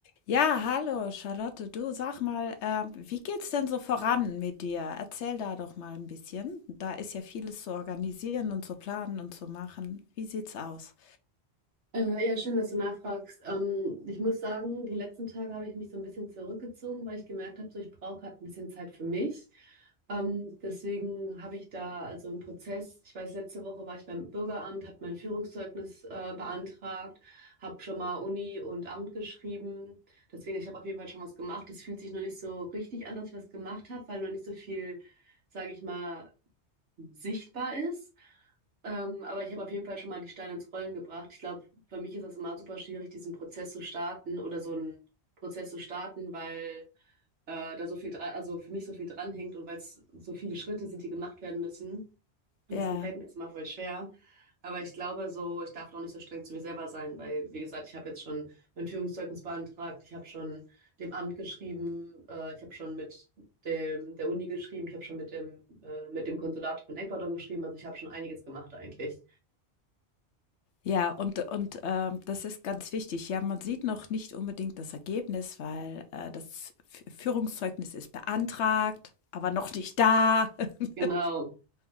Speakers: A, on the left; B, on the right.
A: Ja, hallo Charlotte, du sag mal, ähm, wie geht's denn so voran mit dir? Erzähl da doch mal ein bisschen. Da ist ja vieles zu organisieren und zu planen und zu machen. Wie sieht's aus?
B: Äh, ja, schön, dass du nachfragst. Ähm, ich muss sagen, die letzten Tage habe ich mich so ein bisschen zurückgezogen, weil ich gemerkt habe, so ich brauche gerade ein bisschen Zeit für mich. Ähm, deswegen habe ich da also einen Prozess. Ich weiß, letzte Woche war ich beim Bürgeramt, habe mein Führungszeugnis äh, beantragt, habe schon mal Uni und Amt geschrieben. Deswegen, ich habe auf jeden Fall schon was gemacht. Es fühlt sich noch nicht so richtig an, dass ich was gemacht habe, weil noch nicht so viel, sage ich mal, sichtbar ist. Ähm, aber ich habe auf jeden Fall schon mal die Steine ins Rollen gebracht. Ich glaube, für mich ist das immer super schwierig, diesen Prozess zu starten oder so einen Prozess zu starten, weil äh, da so viel dran, also für mich so viel dranhängt und weil es so viele Schritte sind, die gemacht werden müssen. Und
A: Ja,
B: deswegen fällt mir das immer voll schwer. Aber ich glaube so, ich darf doch nicht so streng zu mir selber sein, weil, wie gesagt, ich habe jetzt schon mein Führungszeugnis beantragt, ich habe schon dem Amt geschrieben, äh, ich habe schon mit dem, der Uni geschrieben, ich habe schon mit dem, äh, mit dem Konsulat von Ecuador geschrieben. Also ich habe schon einiges gemacht eigentlich.
A: ja, und, und ähm, das ist ganz wichtig. Ja, man sieht noch nicht unbedingt das Ergebnis, weil äh, das F- Führungszeugnis ist beantragt, aber noch nicht da <laughs>
B: Genau.